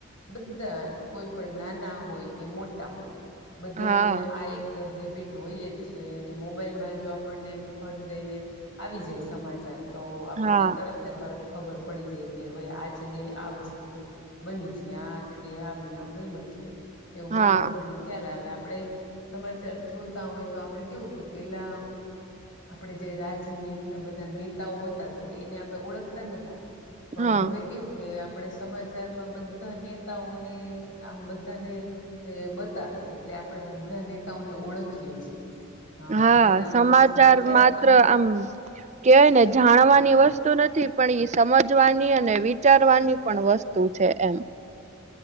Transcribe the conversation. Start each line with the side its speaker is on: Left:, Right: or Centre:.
Left: બધા કોઈ પણ નાના હોય કે મોટા હોય બધાને
Right: હા
Left: આ એક હે બીટ હોય જ છે, અને મોબાઈલમાં જો આપણને ફટ દઈને આવી જાય સમાચાર. તો આપણને
Right: હા
Left: તરત ને તરત ખબર પડી જાય કે હવે આ જગ્યાએ આ વસ્તુ બની છે, આ જગ્યાએ બનાવ બન્યો છે. એવું બધું
Right: હા
Left: આપને ખ્યાલ આવે આપણે સમાચાર જોતા હોય તો આપડે કેવું કે પેલા આપણે જે રાજને બધા નેતાઓ હતા તો એને આપણે ઓળખતા નતા પણ
Right: હા
Left: હવે કેવું કે આપણે સમાચારમાં બધા નેતાઓ ને આમ બધાને બતાવે એટલે આપણે બધા નેતાઓને ઓળખીએ છીએ. અ
Right: હા,
Left: પેલા
Right: સમાચાર માત્ર
Left: આ
Right: આમ કેવાય ને જાણવાની વસ્તુ નથી પણ ઈ સમજવાની અને વિચારવાની પણ વસ્તુ છે. એમ